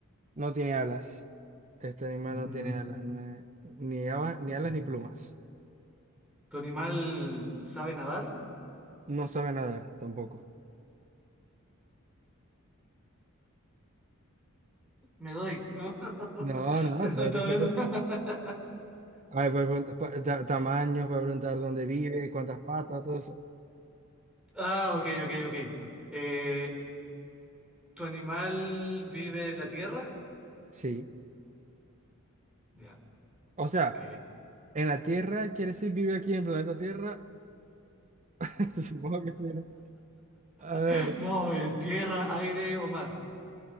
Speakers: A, on the right (about 35°); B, in the centre.
A: no tiene alas. Este animal
B: Mm,
A: no tiene alas, no es- ni alas,
B: mm.
A: ni alas ni plumas.
B: ¿Tu animal sabe nadar?
A: No sabe nadar tampoco.
B: Me doy, ¿no? <laughs>
A: No, no, no, todavía
B: No, todavía
A: te falta-
B: no. <laughs>
A: Ay, pues, pues, pa- ta- tamaños, voy a preguntar dónde vive, cuántas patas, todo eso.
B: Ah, ok, ok, ok. Eh, ¿tu animal vive en la tierra?
A: Sí.
B: Ya,
A: O sea,
B: ok.
A: en la Tierra, ¿quiere decir vive aquí en el planeta Tierra? <laughs> Supongo que sí. ¿no? A ver,
B: <laughs> No, en tierra, aire o mar.